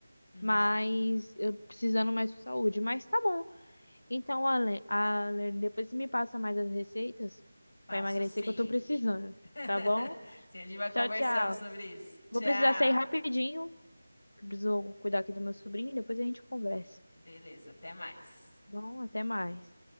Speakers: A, on the left; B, on the left.
A: uhum.
B: Mas eu precisando mais por saúde. Mas tá bom. Então, Ale, Ale, depois você me passa mais as receitas
A: Passo
B: pra emagrecer
A: sim.
B: que eu tô precisando.
A: <laughs>
B: Tá bom?
A: Sim, a gente vai conversando
B: Tchau, tchau.
A: sobre isso. Tchau.
B: Vou precisar sair rapidinho. que eu preciso cuidar aqui do meu sobrinho, depois a gente conversa. tá
A: Beleza, até mais.
B: Bom, até mais.